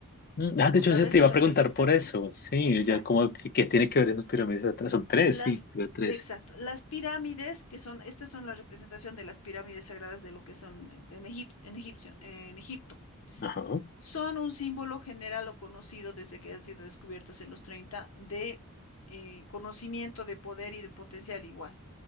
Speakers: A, on the left (about 45°); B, on the left (about 70°).
A: Mm, ah,
B: Como
A: de hecho,
B: sabes,
A: se te
B: la
A: iba
B: representación.
A: a preguntar por eso. Sí,
B: Exacto.
A: ya como que, que tiene que ver esas pirámides atrás. Son tres,
B: Las,
A: sí, veo tres.
B: exacto. Las pirámides, que son, estas son la representación de las pirámides sagradas de lo que son en Egip- en Egipcio- en Egipto.
A: Ajá.
B: Son un símbolo general o conocido desde que han sido descubiertos en los 30 de eh, conocimiento, de poder y de potencial igual.